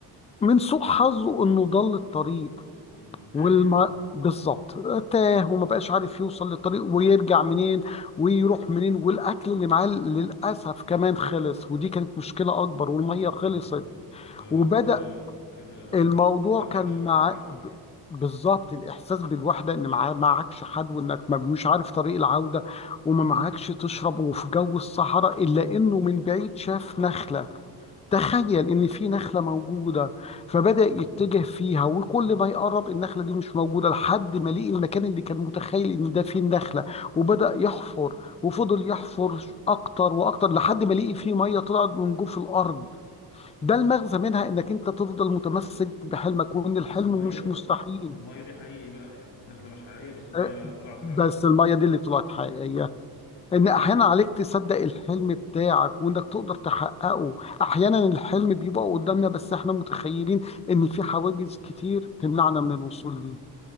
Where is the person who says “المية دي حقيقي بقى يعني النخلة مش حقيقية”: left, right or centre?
Left